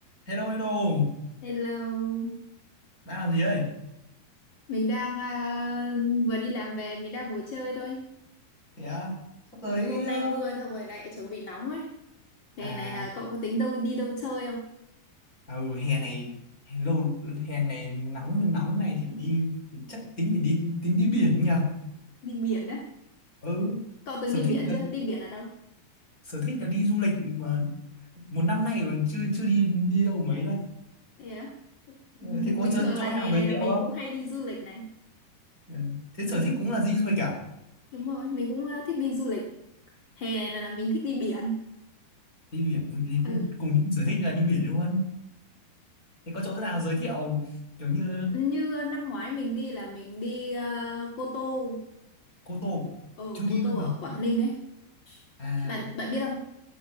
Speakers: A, on the left; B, on the left.
A: Hello, hello,
B: Hello,
A: đang làm gì đây?
B: mình đang à, vừa đi làm về, mình đang ngồi chơi thôi.
A: Thế á, sắp tới
B: Mấy hôm
A: ờ,
B: nay mưa thôi rồi lại chuẩn bị nóng ấy. Thế
A: à,
B: này là cậu có tính đâu đi đâu chơi không?
A: à ừ, hè này hè lâu hè này nắng nóng này thì phải đi thì chắc tính phải đi tính đi biển nhỉ?
B: Đi biển á?
A: Ừ,
B: Cậu từng
A: sở
B: đi biển
A: thích là
B: chưa? Đi biển ở đâu?
A: sở thích là đi du lịch mà một năm nay còn chưa chưa đi đi đâu mấy đây.
B: Thế á?
A: Ừ, thế có
B: Bình
A: chỗ,
B: thường
A: chỗ
B: là
A: nào
B: hè
A: giới
B: này là
A: thiệu
B: mình
A: không?
B: cũng hay đi du lịch này.
A: Ừ. Thế sở thích cũng là đi du lịch cả
B: Đúng rồi, mình cũng à, thích đi du lịch. Hè này là, là mình thích đi biển.
A: Đi biển ừ, thì cùng,
B: Ừ.
A: cùng chung sở thích là đi biển luôn. Thế có chỗ nào giới thiệu kiểu như
B: Như năm ngoái mình đi là mình đi à, Cô Tô.
A: Cô Tô
B: Ờ,
A: chưa đi
B: Cô Tô
A: bao giờ?
B: ở Quảng Ninh ấy.
A: À
B: Bạn bạn biết không?